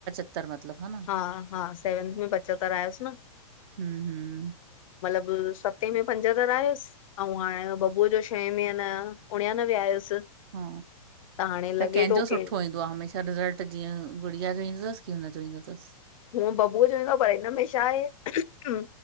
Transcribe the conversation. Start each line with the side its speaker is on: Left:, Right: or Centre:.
Right: तर मतलब हा न,
Left: हा- हा, सेवंथ में पचत्तर आयसि न।
Right: हम्म- हम्म
Left: सत सते में पंजहतरि आयुसि, अउं हाणे बबूअ जो छहें में आ न उणयानवे आयुसि।
Right: हा,
Left: हाणे लॻे
Right: त कंहिंजो
Left: थो
Right: सुठो
Left: की
Right: ईंदो आ, हमेशा रिज़ल्ट? त जीअं गुड़िया जो ईंदो तसि कि हुन जो ईंदो तसि?
Left: हूअं बबूअ जो ईंदो आ, पर हिन में छा आहे